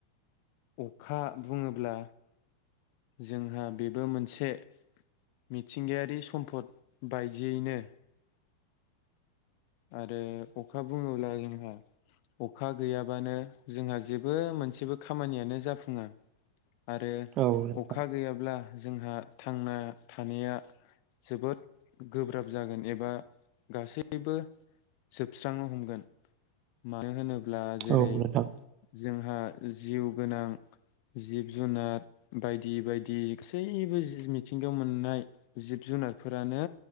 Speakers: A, on the left; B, on the right.
A: अखा बुङोब्ला जोंहा बेबो मोनसे मिथिंगायारि सम्पद बायदियैनो आरो अखा बुङोब्ला जोंहा अखा गैयाबानो जोंहा जेबो मोनसेबो खामानियानो जाफुङा आरो
B: औ नोंथां
A: अखा गैयाब्ला जोंहा थांना थानाया जोबोद गोब्राब जागोन एबा गासैबो जोबस्रांनो हमगोन मानो होनोब ब्ला जेरै
B: औ नोंथां
A: जोंहा जिउ गोनां जिब जुनार बायदि बायदि गासैबो जि मिथिंगायाव मोननाय जिब जुनारफोरानो